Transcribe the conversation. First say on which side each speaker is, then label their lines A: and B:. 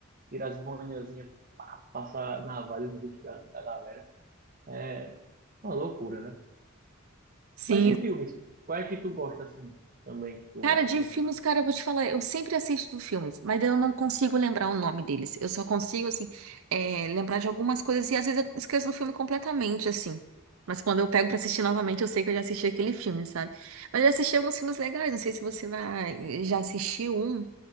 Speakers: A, on the right; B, on the right.
A: tira as boinazinhas, pá, passa navalha no rosto da, da galera. É é uma loucura, né?
B: Sim,
A: Mas em filmes, qual é que tu gosta, assim, também, que tu
B: Cara,
A: acha
B: de
A: muito
B: filmes,
A: massa?
B: cara, eu vou te falar, eu sempre assisto filmes, mas eu não consigo lembrar o nome deles. Eu só consigo, assim, eh, lembrar de algumas coisas e às vezes eu esqueço do filme completamente, assim. Mas quando eu pego pra assistir novamente, eu sei que eu já assisti aquele filme, sabe? Mas eu já assisti alguns filmes legais, não sei se você vai, já assistiu um